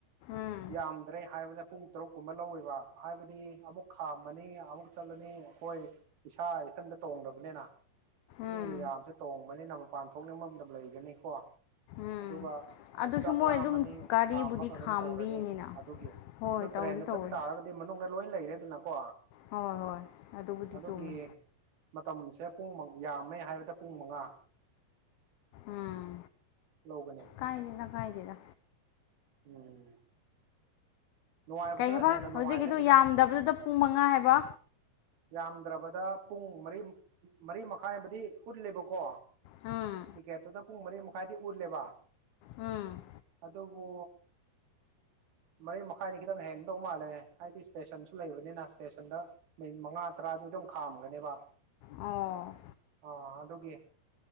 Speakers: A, on the left (about 75°); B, on the right (about 70°).
A: ꯎꯝ
B: ꯌꯥꯝꯗ꯭ꯔꯦ ꯍꯥꯏꯕꯗ ꯄꯨꯡ ꯇꯔꯨꯛ ꯀꯨꯝꯕ ꯂꯧꯋꯦꯕ ꯍꯥꯏꯕꯗꯤ ꯑꯃꯨꯛ ꯈꯥꯝꯃꯅꯤ ꯑꯃꯨꯛ ꯆꯠꯂꯅꯤ ꯑꯩꯈꯣꯏ ꯏꯁꯥ ꯏꯊꯟꯗ ꯇꯣꯡꯗꯕꯅꯤꯅ ꯃꯤ
A: ꯎꯝ
B: ꯃꯌꯥꯝꯁꯨ ꯇꯣꯡꯕꯅꯤꯅ ꯃꯄꯥꯟ ꯊꯣꯛꯅꯤꯡꯕ ꯃꯇꯝ ꯂꯩꯒꯅꯤꯀꯣ
A: ꯎꯝ
B: ꯑꯗꯨꯒ
A: ꯑꯗꯨꯁꯨ
B: ꯆꯥꯛꯂꯥꯝꯃꯅꯤ
A: ꯃꯣꯏ ꯑꯗꯨꯝ ꯒꯥꯔꯤꯕꯨꯗꯤ
B: ꯈꯥꯝꯃꯒ ꯀꯩꯅꯣ
A: ꯈꯥꯝꯕꯤꯅꯤꯅ
B: ꯇꯧꯔꯅꯤ ꯑꯗꯨꯒꯤ
A: ꯍꯣꯏ
B: ꯑꯗꯨ
A: ꯇꯧꯗꯤ
B: ꯇ꯭ꯔꯦꯟꯗ
A: ꯇꯧꯋꯦ
B: ꯆꯠꯄ ꯇꯥꯔꯒꯗꯤ ꯃꯅꯨꯡꯗ ꯂꯣꯏ ꯂꯩꯔꯦꯗꯅꯀꯣ
A: ꯍꯣꯏ ꯍꯣꯏ ꯑꯗꯨꯕꯨꯗꯤ
B: ꯑꯗꯨꯒꯤ
A: ꯆꯨꯝꯃꯦ
B: ꯃꯇꯝꯁꯦ ꯄꯨꯡ ꯌꯥꯝꯃꯦ ꯍꯥꯏꯕꯗ ꯄꯨꯡ ꯃꯉꯥ
A: ꯎꯝ
B: ꯂꯧꯒꯅꯤ
A: ꯀꯥꯏꯗꯦꯗ ꯀꯥꯏꯗꯦꯗ
B: ꯎꯝ ꯅꯨꯡꯉꯥꯏꯕꯁꯨ
A: ꯀꯩ ꯍꯥꯏꯕ
B: ꯍꯦꯟꯅ ꯅꯨꯡꯉꯥꯏꯔꯦꯗꯅ
A: ꯍꯧꯖꯤꯛꯀꯤꯗꯨ ꯌꯥꯝꯗꯕꯗꯨꯗ ꯄꯨꯡ ꯃꯉꯥ ꯍꯥꯏꯕ
B: ꯌꯥꯝꯗ꯭ꯔꯕꯗ ꯄꯨꯡ ꯃꯔꯤ ꯃꯔꯤ ꯃꯈꯥꯏꯕꯨꯗꯤ ꯎꯠꯂꯦꯕꯀꯣ
A: ꯎꯝ
B: ꯇꯤꯀꯦꯠꯇꯨꯗ ꯄꯨꯡ ꯃꯔꯤ ꯃꯈꯥꯏꯗꯤ ꯎꯠꯂꯦꯕ
A: ꯎꯝ
B: ꯑꯗꯨꯕꯨ ꯃꯔꯤ ꯃꯈꯥꯏꯗꯤ ꯈꯤꯇꯪ ꯍꯦꯟꯒꯗꯧ ꯃꯥꯜꯂꯦ ꯍꯥꯏꯗꯤ ꯏꯁꯇꯦꯁꯟꯁꯨ ꯂꯩꯕꯅꯤꯅ ꯏꯁꯇꯦꯁꯟꯗ ꯃꯤꯅꯤꯠ ꯃꯉꯥ ꯇꯔꯥꯗꯤ ꯑꯗꯨꯝ ꯈꯥꯝꯒꯅꯦꯕ
A: ꯑꯣ
B: ꯑꯥ ꯑꯗꯨꯒꯤ